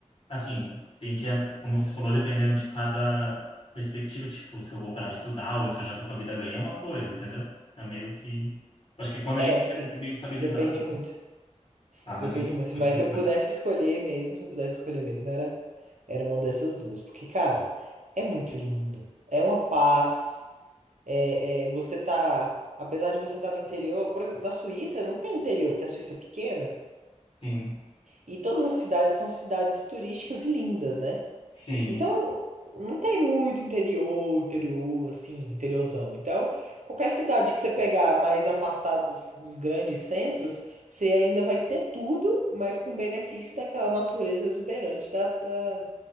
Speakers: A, on the left; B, on the right.
A: assim, tem que, como você falou, dependendo de cada perspectiva, tipo, se eu vou para estudar ou se eu já tô com a vida ganha, é uma coisa, entendeu? É meio que... Acho que é quando a
B: é,
A: gente
B: sim.
A: deve ser bem estabilizado.
B: Depende muito.
A: Tá, mas
B: Depende
A: enfim.
B: muito, mas se eu
A: né?
B: pudesse escolher mesmo, se eu pudesse escolher mesmo, era era uma dessas duas, porque cara, é muito lindo. É uma paz. É, é, você tá, apesar de você estar no interior, por exemplo, na Suíça não tem interior, porque a Suíça é pequena,
A: Sim,
B: e todas as cidades são cidades turísticas e lindas, né?
A: sim.
B: Então, não tem muito interior, interior, assim, interiorzão. Então, qualquer cidade que você pegar mais afastada dos, dos grandes centros, você ainda vai ter tudo, mas com benefício daquela natureza exuberante da, da,